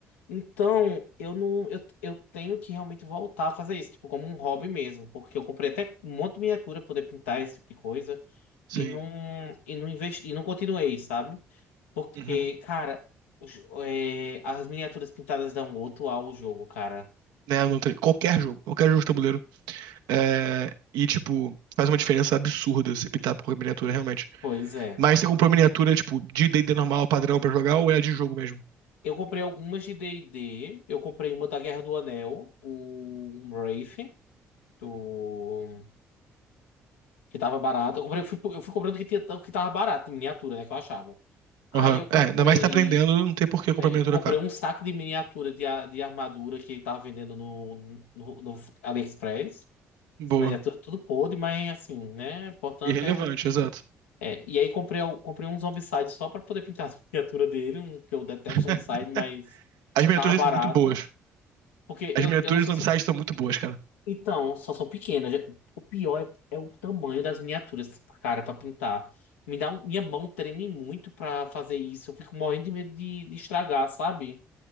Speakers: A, on the left; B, on the right.
A: Então, eu não eu, eu tenho que realmente voltar a fazer isso, tipo, como um hobby mesmo, porque eu comprei até um monte de miniatura pra poder pintar esse tipo de coisa
B: Sim.
A: e não e não investi, e não continuei, sabe? Porque,
B: Uhum.
A: cara, os- é, as miniaturas pintadas dão outro ar ao jogo, cara.
B: Né, eu não tenho- qualquer jogo, qualquer jogo de tabuleiro. É, e, tipo, faz uma diferença absurda se optar por miniatura, realmente.
A: Pois é.
B: Mas você comprou miniatura, tipo, de D&D normal, padrão pra jogar, ou é de jogo mesmo?
A: Eu comprei algumas de D&D. Eu comprei uma da Guerra do Anel, o um Wraith, do... que tava barato. Eu comprei, eu fui, eu fui comprando o que, tinha, o que tava barato, de miniatura, né, que eu achava. Aí
B: Aham.
A: eu comprei,
B: É, ainda mais se tá aprendendo, não tem por que comprar
A: é,
B: miniatura
A: comprei
B: cara.
A: um saco de miniatura de, a- de armadura que ele tava vendendo no, no, no AliExpress.
B: Boa.
A: Miniatura tudo podre, mas assim, né? O importante
B: Irrelevante,
A: é...
B: exato.
A: é, E aí comprei, al- comprei um Zombicide só pra poder pintar <laughs> a miniatura dele, um, que eu detesto
B: <laughs>
A: Zombicide, mas
B: As miniaturas
A: tava barato.
B: são muito boas.
A: Porque
B: As
A: eu,
B: miniaturas
A: eu não sei
B: do
A: se
B: Zombicide
A: eu
B: são muito boas, cara.
A: Então, só são pequenas. O pior é, é o tamanho das miniaturas, cara, pra pintar. Me dá um- minha mão treme muito pra fazer isso. Eu fico morrendo de medo de, de estragar, sabe?